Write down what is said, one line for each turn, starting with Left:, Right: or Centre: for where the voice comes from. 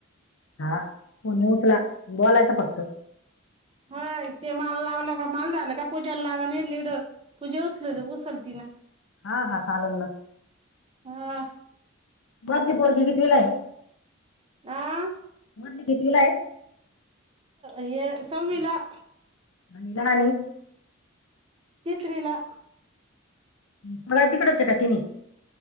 Left: हा फोन उचला बोलायचं फक्त
Right: हा ते माल लावलं का माल झालं का पूजाला लावाने िड पूजा उसलेली उसल ति ना
Left: हा हा चालून ना
Right: हा
Left: बदली पोरगे किती वला आहे
Right: आ
Left: मधली घेतलीला आहे
Right: ये संविला
Left: आणिला आणि
Right: केसरीला
Left: सगळ्या तिकडच का ति